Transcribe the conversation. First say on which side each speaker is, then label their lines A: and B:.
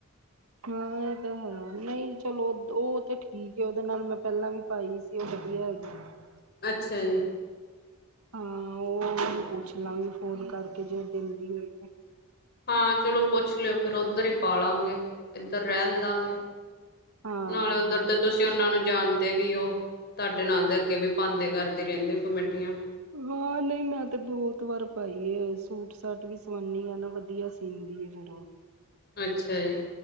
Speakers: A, on the right (about 75°); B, on the left (about 45°).
A: ਹਾਂ ਐ ਤੇ ਹੈ, ਨਈਂ ਚਲੋ ਓ ਤੇ ਠੀਕ ਏ ਓਦੇ ਨਾਲ ਮੈਂ ਪੈਲਾਂ ਵੀ ਪਾਈ ਸੀ, ਓ ਵਧੀਆ ਹੈਗੀ।
B: ਅੱਛਾ ਜੀ!
A: ਹਾਂ ਓ ਪੁੱਛ ਲਾਂਗੀ ਫੋਨ ਕਰਕੇ ਜੇ ਓ ਦੇਂਦੀ ਹੋਈ ਤੇ।
B: ਹਾਂ ਚਲੋ ਪੁੱਛ ਲਿਓ ਫਿਰ ਓਧਰ ਹੀ ਪਾਲਾਂਗੇ। ਇੱਧਰ ਰੈਣ ਦਾਂਗੇ
A: ਹਾਂ।
B: ਨਾਲੇ ਓਧਰ ਤੇ ਤੁਸੀਂ ਓਨਾਂ ਨੂੰ ਜਾਣਦੇ ਵੀ ਓ ਤੁਆਡੇ ਨਾਲ ਦੇ ਅੱਗੇ ਵੀ ਪਾਦੇ ਕਰਦੇ ਰੈਂਦੇ ਕਮੇਟੀਆਂ।
A: ਹਾਂ ਨਈ ਮੈਂ ਤੇ ਬੌਤ ਵਾਰ ਪਾਈ ਏ, ਸੂਟ-ਸਾਟ ਵੀ ਸਵਾਦੀ ਆ ਨਾ ਵਧੀਆ ਸਿੰਦੀ ਏ ਫਿਰ ਓ।
B: ਅੱਛਾ ਜੀ।